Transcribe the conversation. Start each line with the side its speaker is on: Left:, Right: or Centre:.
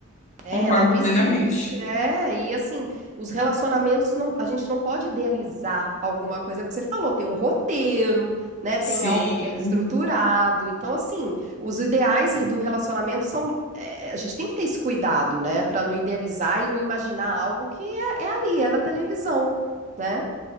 Right: É,
Left: Concordo
Right: ela não existe,
Left: plenamente.
Right: é, e assim, os relacionamentos, não, a gente não pode idealizar alguma coisa, é o que você falou, tem um roteiro, né, tem
Left: Sim,
Right: algo que é estruturado, então assim, os ideais do relacionamento são, é, a gente tem que ter esse cuidado, né, para não idealizar e não imaginar algo que é, é ali, é na televisão, né?